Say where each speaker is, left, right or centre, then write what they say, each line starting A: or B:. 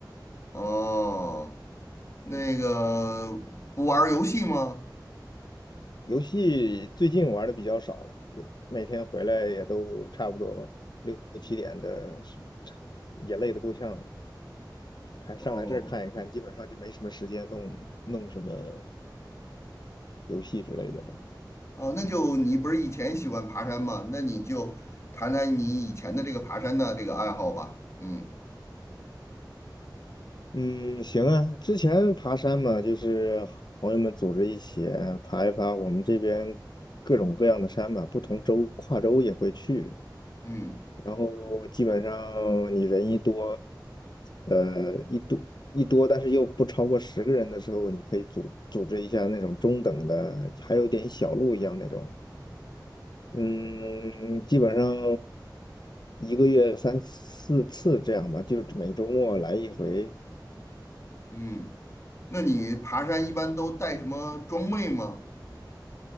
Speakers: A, on the left (about 35°); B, on the left (about 65°).
A: 哦，那个不玩儿游戏吗？
B: 游戏最近玩的比较少了，也每天回来也都差不多六七点的，是也累得够呛，还上来这儿看一看，
A: 哦
B: 基本上就没什么时间弄弄什么游戏之类的了。
A: 哦，那就你不是以前喜欢爬山吗？那你就谈谈你以前的这个爬山的这个爱好吧。嗯
B: 嗯，行啊，之前爬山嘛，就是朋友们组织一起爬一爬我们这边各种各样的山吧，不同州跨州也会去。
A: 嗯
B: 然后基本上你人一多，呃，一多一多，但是又不超过十个人的时候，你可以组组织一下那种中等的，还有点小路一样那种。嗯，基本上一个月三四次这样吧，就是每周末来一回。
A: 嗯，那你爬山一般都带什么装备吗？